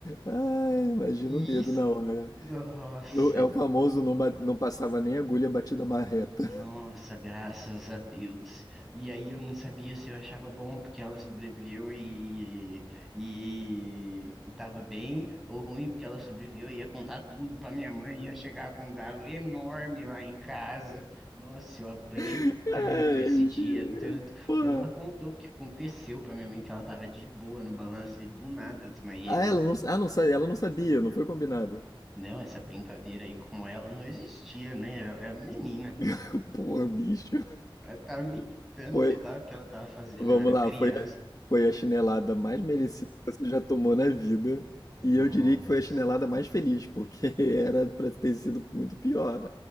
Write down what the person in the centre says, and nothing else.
E
isso,
nossa,
Nossa, graças a Deus. E aí eu não sabia se eu achava bom porque ela sobreviveu e e, e tava bem, ou ruim porque ela sobreviveu e ia contar tudo pra minha mãe, ia chegar com um galo enorme lá em casa. Nossa, eu apanhei
tanto
esse dia,
tanto.
Quando ela contou o que aconteceu pra minha mãe, que ela tava de boa no balanço e do nada eu desmaiei
ela.
Não, essa brincadeira aí com ela não existia, né? Ela é a menina.
Ela tava me irritando,
sei lá o que ela tava fazendo,
eu era
criança.
Nossa,